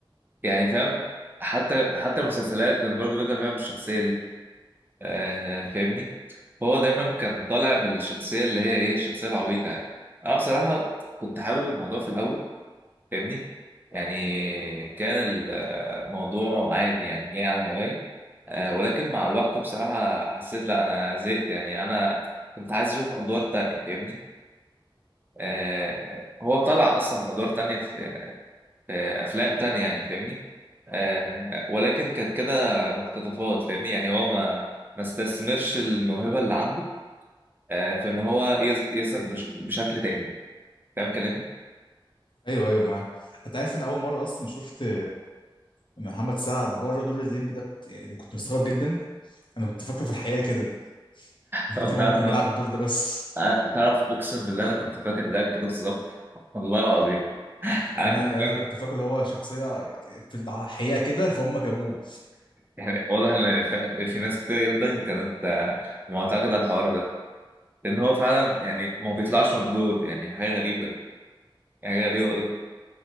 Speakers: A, on the right; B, on the left.
A: يعني فاهم حتى حتى المسلسلات كان برضو بيطلع فيها بالشخصية دي آه فاهمني هو دايما كان طالع بالشخصية اللي هي ايه الشخصية العبيطة يعني انا بصراحة كنت حابب الموضوع في الاول فاهمني يعني كان الموضوع عادي يعني جاي على الهواية آه ولكن مع الوقت بصراحة حسيت لا انا زهقت يعني انا كنت عايز اشوف ادوار تانية فاهمني آه هو طلع اصلا بادوار تانية في, في افلام تانية يعني فاهمني آه ولكن كانت كده مقتطفات فاهمني يعني هو ما ما استثمرش الموهبة اللي عنده آه، في ان هو يظ- يظهر بش- بشكل تاني فاهم كلامي؟
B: ايوه ايوه معاك انت عارف ان اول مره اصلا شفت محمد سعد بره دور الليمبي ده كنت يعني كنت مستغرب جدا انا كنت فاكره في الحقيقه كده من
A: طب
B: كتر
A: تعرف
B: ما هو كان
A: انا
B: بيلعب الدور ده بس
A: آه، تعرف اقسم بالله انا كنت فاكر ده كده بالظبط والله العظيم انا
B: انا
A: كنت
B: يعني
A: فاكر
B: انا كنت فاكر ان هو شخصيه في الحقيقه كده فهم جابوه
A: يعني واضح ان ف- في ناس كتير جدا كانت آه، معتقده على الحوار ده لان هو فعلا يعني ما بيطلعش مردود يعني حاجه غريبه يعني حاجه غريبه أوي.